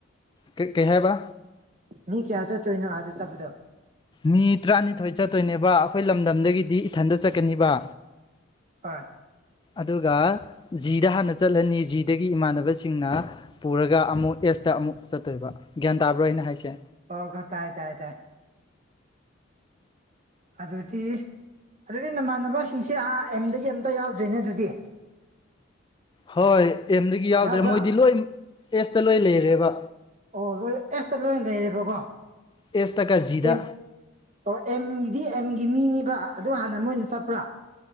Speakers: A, on the left (about 20°); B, on the right (about 35°).
A: ꯀꯩ ꯍꯥꯏꯕ
B: ꯃꯤ ꯀꯌꯥꯁꯦ ꯇ ꯏꯩꯅꯣ ꯍꯥꯥꯗꯁꯥꯕꯗꯣ
A: ꯃꯤ ꯇꯔꯥꯅꯤꯊꯣꯏ ꯆꯠꯇꯣꯏꯅꯦꯕ ꯑꯩꯈꯣꯏ ꯂꯝꯗꯝꯗꯒꯤꯗꯤ ꯏꯊꯟꯗ ꯆꯠꯀꯅꯤꯕ
B: ꯍꯥꯏ
A: ꯑꯗꯨꯒ ꯖꯤꯗ ꯍꯟꯅ ꯆꯠꯂꯅꯤ ꯖꯤꯗꯒꯤ ꯏꯃꯥꯟꯅꯕꯁꯤꯡꯅ ꯄꯨꯔꯒ ꯑꯃꯨꯛ ꯑꯦꯁꯇ ꯑꯃꯨꯛ ꯆꯠꯇꯣꯏꯕ ꯒ꯭ꯌꯥꯟ ꯇꯥꯕ꯭ꯔꯣ ꯑꯩꯅ ꯍꯥꯏꯁꯦ
B: <unintelligible> ꯇꯥꯏ ꯇꯥꯏ ꯇꯥꯏ ꯑꯗꯨꯗꯤ ꯑꯗꯨꯗꯤ ꯅꯃꯥꯟꯅꯕꯁꯤꯡꯁꯦ ꯑꯥ ꯑꯦꯝꯗꯒꯤ ꯑꯝꯇ ꯌꯥꯎꯗ꯭ꯔꯦꯅꯦ ꯑꯗꯨꯗꯤ
A: ꯍꯣꯏ ꯑꯦꯝꯗꯒꯤ ꯌꯥꯎꯗ꯭ꯔꯦ
B: ꯌꯥꯎꯕ꯭ꯔꯥ
A: ꯃꯣꯏꯗꯤ ꯂꯣꯏ ꯑꯦꯁꯇ ꯂꯣꯏ ꯂꯩꯔꯦꯕ
B: ꯑꯣ ꯂꯣꯏ ꯑꯦꯁꯇ ꯂꯣꯏꯅ ꯂꯩꯔꯦꯕꯀꯣ
A: ꯑꯦꯁꯇ ꯀꯥꯖꯤꯗ
B: ꯑꯦꯝ ꯑꯣ ꯑꯦꯝꯒꯤꯗꯤ ꯑꯦꯝꯒꯤ ꯃꯤꯅꯦꯕ ꯑꯗꯣ ꯍꯥꯟꯅ ꯃꯣꯏꯅ ꯆꯠꯄ꯭ꯔꯥ